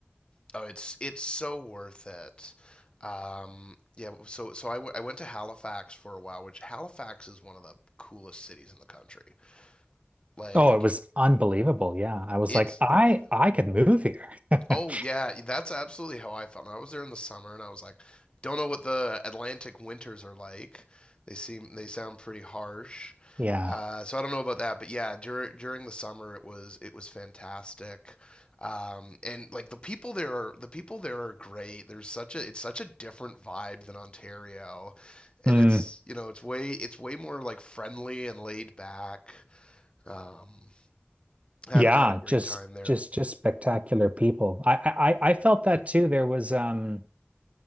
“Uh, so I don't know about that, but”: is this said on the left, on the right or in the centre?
Left